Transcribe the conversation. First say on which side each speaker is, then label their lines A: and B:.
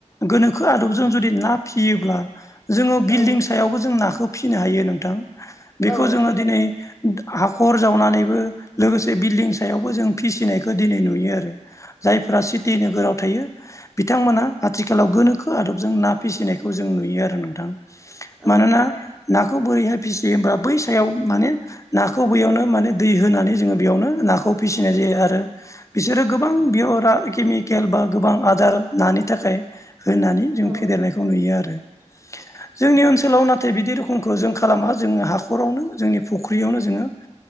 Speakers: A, on the left; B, in the centre.
A: गोनोखो आदबजों जुदि ना फियो ब्ला जोङो बिल्डिं
B: औ
A: सायावबो जों नाखौ फिसिनो हायो नोंथां बेखौ
B: औ
A: जोङो दिनै हाखर जावनानैबो लोगोसे बिल्दिं सायावबो जों फिसिनायखौ दिनै नुयो आरो जायफोरा सिटि नोगोराव थायो बिथांमोना आथिखालाव गोनोखो आदबजों ना फिसिनायखौ खौ जों नुयो आरो नोंथां
B: औ
A: मानोना नाखौ बोरैहाय फिसियो होमब्ला बै सायाव माने नाखौ बैयावनो माने दै होनानै जोङो बेयावनो नाखौ फिसिनाय जायो आरो बिसोरो गोबां बेयाव केमिकेल बा गोबां आदार नानि नि थाखाय होनानै जों
B: औ
A: फेदेरनायखौ नुयो आरो जोंनि ओनसोलाव नाथाय बिदि रोखोमखौ जों खालामा जोङो हाखरावनो जोंनि फुख्रियावनो जोङो